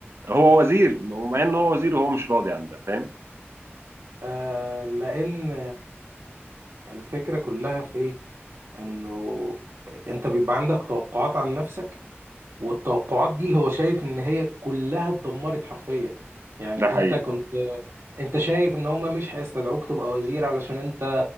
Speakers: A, on the right; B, on the right.
A: هو وزير مع ان هو وزير وهو مش راضي عن ده فاهم
B: آه لأن الفكرة كلها في إيه؟ إنه أنت بيبقى عندك توقعات عن نفسك والتوقعات دي هو شايف ان هي كلها اتدمرت حرفيا يعني
A: ده حقيقي
B: انت كنت انت شايف ان هما مش هيستدعوك تبقى وزير علشان انت